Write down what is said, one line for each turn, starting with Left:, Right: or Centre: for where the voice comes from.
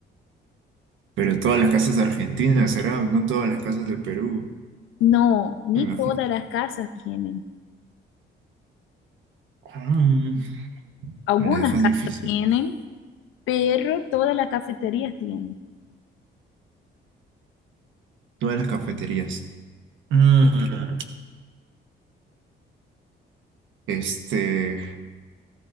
Right: Pero todas las casas de Argentina, ¿será? No todas las casas de Perú.
Left: No, ni
Right: Me imagino.
Left: todas las casas tienen.
Right: Mm,
Left: Algunas
Right: me la dejas
Left: casas
Right: difícil.
Left: tienen, pero todas las cafeterías tienen.
Right: Todas las cafeterías. Mm, Este,